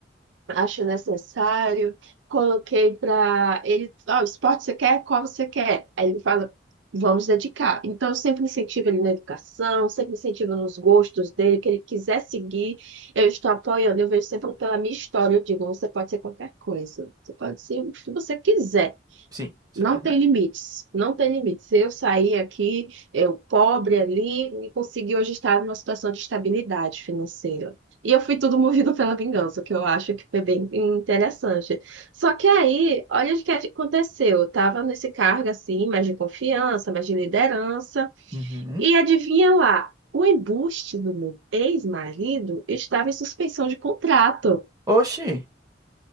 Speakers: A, on the right; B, on the right.
A: acho necessário. Coloquei para ele, ó, esporte você quer? Qual você quer? Aí ele fala, vamos dedicar. Então, eu sempre incentivo ele na educação, sempre incentivo nos gostos dele, o que ele quiser seguir, eu estou apoiando. Eu vejo sempre pela minha história, eu digo, você pode ser qualquer coisa, você pode ser o que você quiser.
B: Sim, isso
A: Não
B: é verdade.
A: tem limites, não tem limites. Se eu sair aqui, eu pobre ali, e consegui hoje estar numa situação de estabilidade financeira. E eu fui tudo <laughs> movido pela vingança, que eu acho que foi bem interessante. Só que aí, olha o que aconteceu. Eu estava nesse cargo assim, mais de confiança, mais de liderança,
B: Uhum.
A: e adivinha lá, o embuste do meu ex-marido estava em suspensão de contrato.
B: Oxi.